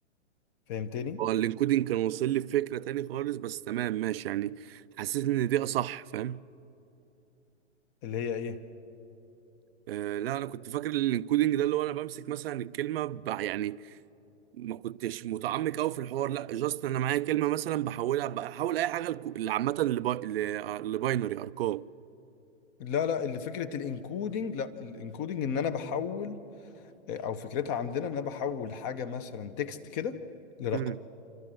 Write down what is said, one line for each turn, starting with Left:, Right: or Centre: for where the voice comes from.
Left: فهمتني
Right: هو الانكودنج كان واصل لي بفكره تاني خالص بس تمام ماشي يعني حسيت ان دي اصح فاهم
Left: اللي هي ايه
Right: آه لا انا كنت فاكر الانكودنج ده اللي هو انا بمسك مثلا الكلمه بع- يعني ما كنتش متعمق قوي في الحوار لا جاست انا معايا كلمه مثلا بحولها بحول اي حاجه لكو- اللي عامه لبا- ل- لباينري ارقام
Left: لا لا اللي فكره الانكودنج لا الانكودنج ان انا بحول او فكرتها عندنا ان انا بحول حاجه مثلا تكست كده لرقم
Right: امم